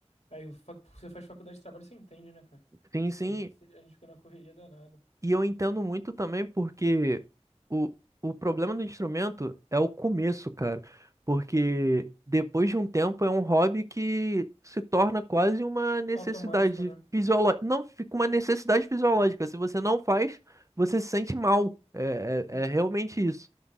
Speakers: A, on the left (about 70°); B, on the right (about 25°).
A: Aí o fa- você faz faculdade de trabalho, você entende, né, cara?
B: Sim, sim,
A: Às vezes a gente fica na correria danada.
B: E eu entendo muito também porque o, o problema do instrumento é o começo, cara. Porque depois de um tempo é um hobby que se torna quase uma necessidade
A: Automático, né?
B: fisiológica. Não, fica uma necessidade fisiológica. Se você não faz, você se sente mal. É,
A: Uhum.
B: é, é realmente isso.